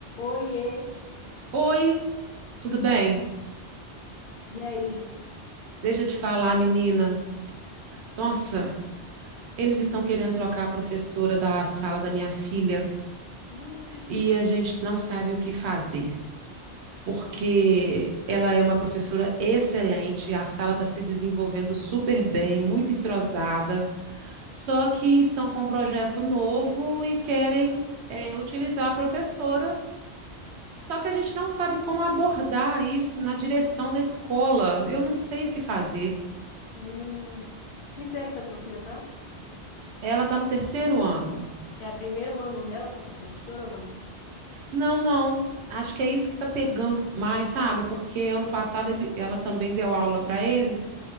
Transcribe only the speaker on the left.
Oiê!
E aí?
Hum,
hum. Que série que a tua filha tá?
É o primeiro ano dela com essa professora ou não?